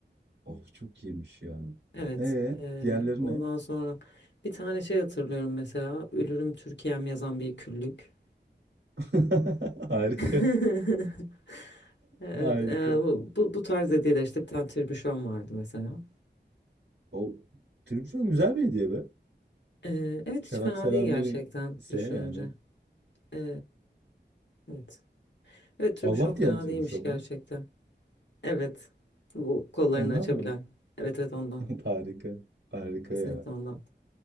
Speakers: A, on the right (about 85°); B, on the left (about 75°).
A: Oh çok iyiymiş ya.
B: Evet,
A: Ee
B: e,
A: diğerleri
B: ondan
A: ne?
B: sonra bir tane şey hatırlıyorum mesela Ölürüm Türkiye'm yazan bir küllük.
A: <laughs> Harika.
B: <laughs> Evet,
A: Harika.
B: e, bu, bu, bu tarz hediyeler işte bir tane tribüşon vardı mesela.
A: O, Tribüşon güzel bir hediye be.
B: E, evet
A: Şarap
B: hiç fena
A: seven
B: değil gerçekten
A: biri ise
B: düşününce.
A: yani.
B: E, evet. Evet tribüşon
A: Allah
B: fena
A: diyen tür
B: değilmiş
A: bir şey mu?
B: gerçekten. Evet. Bu kollarını
A: Ondan
B: açabilen.
A: mı?
B: Evet evet ondan.
A: <laughs> Harika. Harika
B: Kesinlikle
A: ya.
B: ondan.